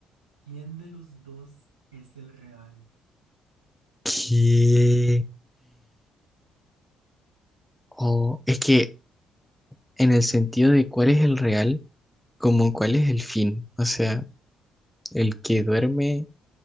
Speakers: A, on the right; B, in the centre.
A: ¿Quién de los dos es el real?
B: Que... O es que en el sentido de cuál es el real, como cuál es el fin. O sea, el que duerme,